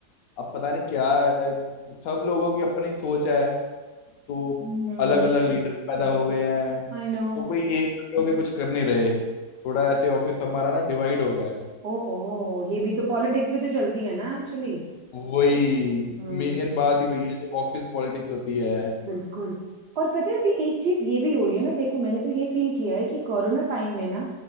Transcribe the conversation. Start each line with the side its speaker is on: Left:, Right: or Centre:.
Left: अब पता नहीं क्या है सब लोगों की अपनी सोच है तो
Right: हम्म
Left: अलग अलग लीडर्स पैदा हो गए हैं
Right: I know
Left: तो कोई एक जुट होके कुछ कर नहीं रहे थोड़ा ऐसे ऑफिस हमारा ना डिवाइड हो गया है
Right: ओ ओ ये भी तो पॉलिटिक्स भी तो चलती है ना एक्चुअली
Left: वही
Right: हम्म
Left: मेन बात ही वही है जो ऑफिस पॉलिटिक्स होती है
Right: बिल्कुल और पता है अभी एक चीज ये भी हो रही है ना देखो मैंने तो ये फील किया है कि कोरोना टाइम में ना